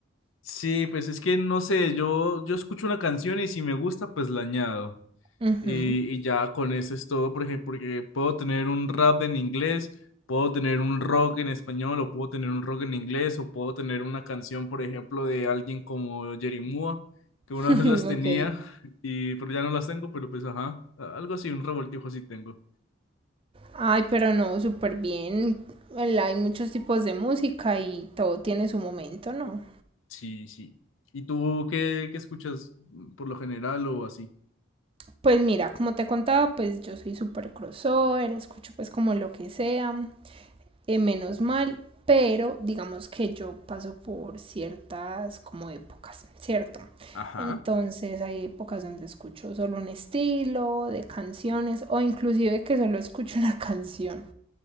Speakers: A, on the left; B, on the right.
A: Sí, pues es que no sé, yo, yo escucho una canción y si me gusta, pues la añado.
B: Ujú.
A: Y, y ya con eso es todo, por ejemplo, porque puedo tener un rap en inglés, puedo tener un rock en español, o puedo tener un rock en inglés, o puedo tener una canción, por ejemplo, de alguien como Jerry Mua, que
B: <laughs>
A: una <laughs> vez las tenía,
B: Ok.
A: y, pero ya no las tengo, pero pues ajá, a- algo así, un revoltijo así tengo.
B: Ay, pero no, súper bien. el- Hay muchos tipos de música y todo tiene su momento, ¿no?
A: Sí, sí. ¿Y tú qué, qué escuchas por lo general o así?
B: Pues mira, como te contaba, pues yo soy súper crossover, escucho pues como lo que sea, eh, menos mal, pero digamos que yo paso por ciertas como épocas, ¿cierto?
A: Ajá.
B: Entonces hay épocas donde escucho solo un estilo de canciones o inclusive que solo escucho <laughs> una canción